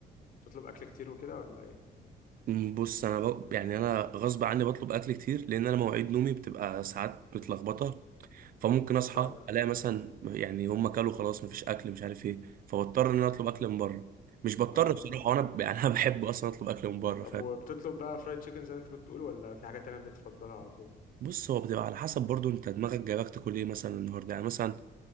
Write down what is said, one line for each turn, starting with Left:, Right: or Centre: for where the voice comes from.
Left: تطلب اكل كتير وكده ولا ايه
Right: مم، بص انا ب... يعني انا غصب عني بطلب اكل كتير لان انا مواعيد نومي بتبقى ساعات متلخبطه فممكن اصحى
Left: ف...
Right: الاقي مثلا يعني هم كلوا خلاص مفيش اكل مش عارف ايه فبضطر ان انا اطلب اكل من بره مش بضطر
Left: اه
Right: بصراحه وانا ب... <laughs> يعني انا بحب اصلا اطلب اكل من بره
Left: طب
Right: فاهم
Left: وبتطلب بقى فرايد تشيكن زي ما انت كنت بتقول ولا في حاجة تانية بتفضلها على طول
Right: بص هو بتبقى على حسب برضو انت دماغك جايبك تاكل ايه مثلا النهارده يعني مثلا